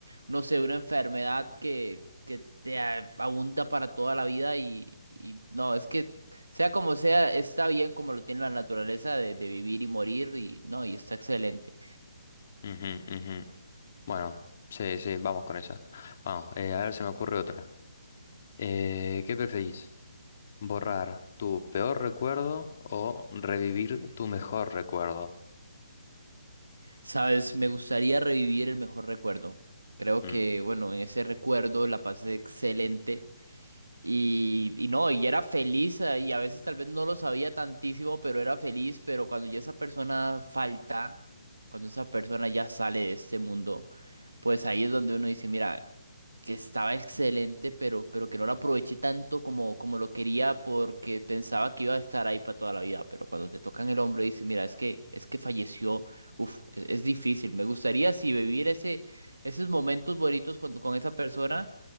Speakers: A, on the right (about 80°); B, on the left (about 45°).
A: no sé, una enfermedad que, que te a- abunda para toda la vida y, y no, es que sea como sea, está bien como lo tiene la naturaleza de, de vivir y morir y no, y está excelente.
B: Ujú, ujú. Bueno, sí, sí, vamos con esa. Vamos, eh, a ver, se me ocurre otra. Eh, ¿qué preferís? ¿Borrar tu peor recuerdo o revivir tu mejor recuerdo?
A: Sabes, me gustaría revivir el mejor recuerdo. Creo
B: Mm,
A: que, bueno, en ese recuerdo la pasé excelente. Y, y no, y era feliz, eh, y a veces tal vez no lo sabía tantísimo, pero era feliz, pero cuando ya esa persona falta, cuando esa persona ya sale de este mundo, pues ahí es donde uno dice, mira, que estaba excelente, pero, pero que no lo aproveché tanto como, como lo quería porque pensaba que iba a estar ahí para toda la vida, pero cuando te tocan el hombro y dices, mira, es que, es que falleció, uf, es, es difícil, me gustaría si vivir ese, esos momentos bonitos con, con esa persona.